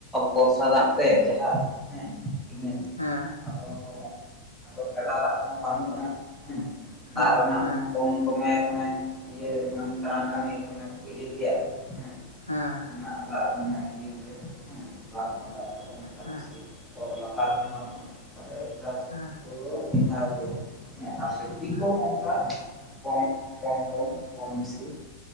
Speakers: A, in the centre; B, on the left.
A: ᱵᱚᱨᱥᱟ ᱫᱟᱜ ᱛᱮ ᱡᱟᱦᱟᱸ ᱦᱮᱸ, ᱤᱱᱟᱹ
B: ᱦᱮᱸ
A: ᱟᱫᱚ ᱟᱫᱚ ᱜᱟᱰᱟ ᱫᱟᱜ ᱠᱚᱦᱚᱸ ᱵᱟᱹᱱᱩᱜ-ᱟ ᱦᱮᱸ ᱫᱟᱜ
B: ᱦᱮᱸ
A: ᱨᱮᱱᱟᱜ
B: ᱦᱮᱸ
A: ᱦᱚᱸ ᱠᱚᱢ ᱫᱚᱢᱮ ᱢᱟᱱᱮ ᱤᱭᱟᱹᱨᱟᱱ ᱠᱟᱹᱢᱤ ᱠᱚᱢᱮ ᱤᱭᱟᱹ ᱜᱮᱭᱟ ᱦᱮᱸ
B: ᱦᱮᱸ
A: ᱱᱟᱜ ᱫᱟᱜ ᱤᱭᱟᱹ ᱜᱮᱭᱟ ᱦᱚ ᱵᱟᱝ ᱫᱟᱜ ᱠᱚᱫᱚ ᱚᱱᱠᱟ
B: ᱦᱮᱸ
A: ᱵᱤᱥᱤ ᱚᱛ ᱞᱟᱛᱟᱨ ᱦᱚ ᱵᱟᱱᱩᱜ-ᱟ ᱛᱚᱵᱮ ᱫᱚ ᱪᱟᱥ
B: ᱦᱮᱸ
A: <unintelligible>
B: ᱦᱮᱸ
A: ᱠᱚᱢ, ᱠᱚᱢ ᱠᱚᱢ, ᱠᱚᱢ ᱵᱤᱥᱤ᱾